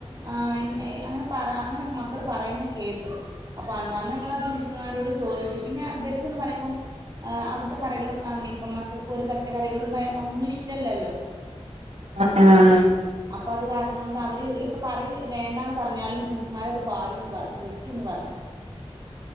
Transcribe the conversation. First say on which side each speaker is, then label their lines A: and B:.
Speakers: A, on the right; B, on the right.
A: ആ എൻ എ അങ്ങനെ പറയ് അങ്ങനെ മക്കള് പറയ്ന്നെ കേട്ടു. അപ്പൊ അന്നാന്ന് ഞങ്ങളത് മിസ്മാരോട് ചോദിച്ചു പിന്നെ ഇവര്ക്ക്ന്ന് പറയുമ്പം ആ അവ്ട്ത്തെ കറികളും <unintelligible> ഇപ്പം മക്കക്ക് ഒരു പച്ചക്കറികളും ഒന്നും ഇഷ്ടല്ലല്ലോ.
B: അഹ് ആഹ്
A: അപ്പ അത് കാരണം കൊണ്ട് അവര് ഇപ്പ കറി വേണ്ടാന്ന് പറ്ഞ്ഞാലും മിസ്സ്മാര് അത് പാരുംന്ന് പറഞ്ഞ് ഒഴിക്കും ന്ന് പറഞ്ഞ്
B: <inaudible>